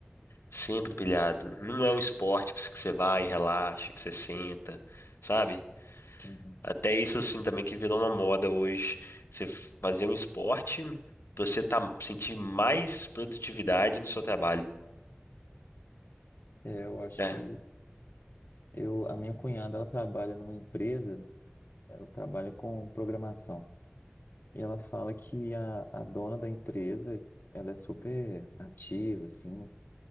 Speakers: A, on the left; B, on the left.
A: sempre pilhado. Não é um esporte que você vai e relaxa, que você senta, sabe?
B: Uhum.
A: Até isso assim também que virou uma moda hoje. Você f- fazer um esporte pra você tá, sentir mais produtividade no seu trabalho,
B: É, Eu acho
A: né?
B: que Eu, a minha cunhada, ela trabalha numa empresa, ela trabalha com programação. E ela fala que a, a dona da empresa, ela é super ativa, assim.